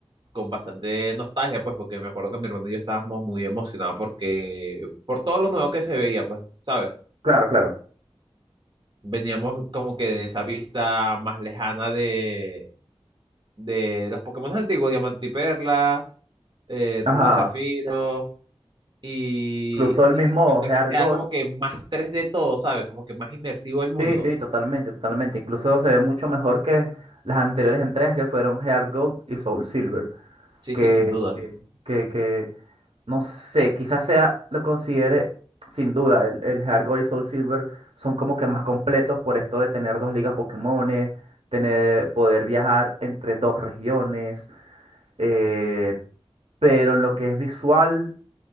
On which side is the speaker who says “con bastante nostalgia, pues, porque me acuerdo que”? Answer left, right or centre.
Right